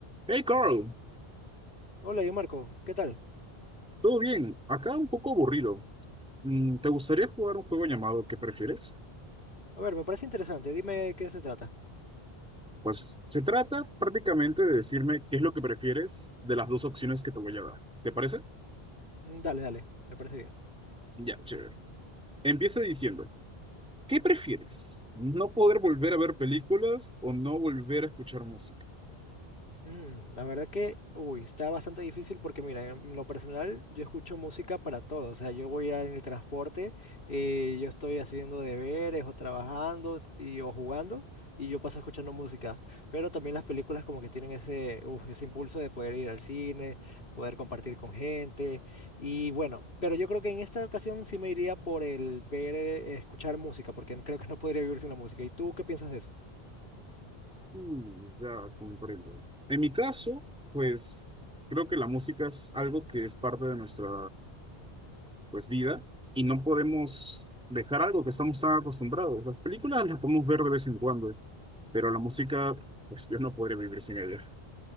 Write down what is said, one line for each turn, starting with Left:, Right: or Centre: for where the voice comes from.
Centre: Hey Carl,
Left: Hola, yo Marco, ¿qué tal?
Centre: ¿todo bien? Acá un poco aburrido. Mm, ¿Te gustaría jugar un juego llamado ¿Qué prefieres?
Left: A ver, me parece interesante, dime qué se trata.
Centre: Pues se trata prácticamente de decirme qué es lo que prefieres de las dos opciones que te voy a dar. ¿Te parece?
Left: Mm, Dale, dale, me parece bien.
Centre: Ya, chévere. Empieza diciendo, ¿qué prefieres? ¿No poder volver a ver películas o no volver a escuchar música?
Left: Mm, la verdad que, uy, está bastante difícil porque mira, en lo personal yo escucho música para todo, o sea, yo voy a- en el transporte, eh, yo estoy haciendo deberes o trabajando y, o jugando y yo paso escuchando música, pero también las películas como que tienen ese, uf, ese impulso de poder ir al cine, poder compartir con gente y bueno, pero yo creo que en esta ocasión sí me iría por el ver, eh, escuchar música porque creo que no podría vivir sin la música. ¿Y tú qué piensas de eso?
Centre: Mm, ya comprendo. En mi caso, pues creo que la música es algo que es parte de nuestra pues vida y no podemos dejar algo que estamos tan acostumbrados. Las películas las podemos ver de vez en cuando, pero la música, pues yo no podría vivir sin ella.